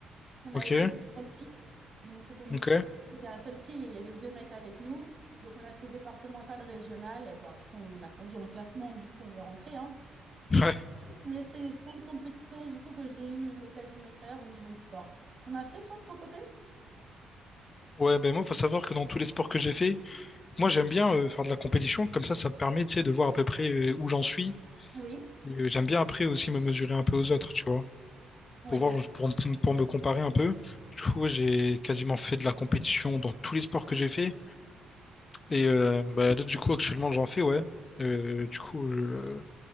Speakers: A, on the right (about 45°); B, on the left (about 35°).
A: On
B: Ok.
A: avait fait du CrossFit, donc c'était une équipe,
B: Ok.
A: j'étais la seule fille et il y avait deux mecs avec nous. Donc on a fait départemental, régional, et bon après on a perdu dans le classement, du coup on est rentré. hein.
B: Ouais.
A: Mais c'est c'est une compétition du coup que j'ai eu l'occasion de faire au niveau du sport. T'en as fait toi de ton côté?
B: Ouais, ben moi, faut savoir que dans tous les sports que j'ai fait, moi j'aime bien euh, faire de la compétition, comme ça, ça me permet, tu sais, de voir à peu près euh, où j'en suis.
A: Oui.
B: Et, euh, j'aime bien après aussi me mesurer un peu aux autres, tu vois,
A: Oui,
B: pour voir,
A: carrément.
B: pour, m- pour me comparer un peu. Du coup, ouais, j'ai quasiment fait de la compétition dans tous les sports que j'ai fait. Et euh, bah, là, du coup, actuellement, j'en fais, ouais. Euh, du coup, je